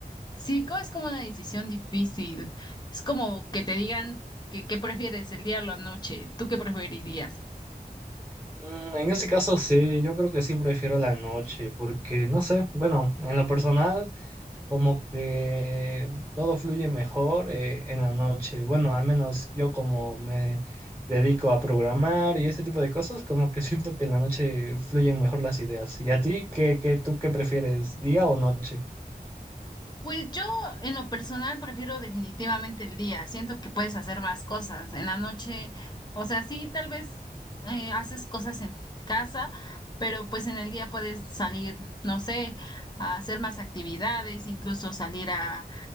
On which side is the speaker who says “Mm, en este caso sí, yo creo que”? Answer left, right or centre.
Right